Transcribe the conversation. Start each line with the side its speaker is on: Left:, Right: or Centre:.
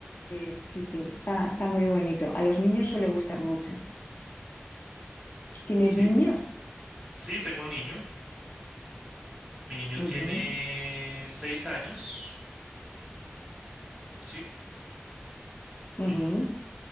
Left: Sí, sí, sí, está, está muy bonito. A los niños suele gustar mucho. ¿Tienes
Right: <laughs>
Left: niños?
Right: sí. Sí, tengo un niño. Mi niño
Left: Ujú,
Right: tiene seis años. Sí.
Left: ujú,
Right: Ujú.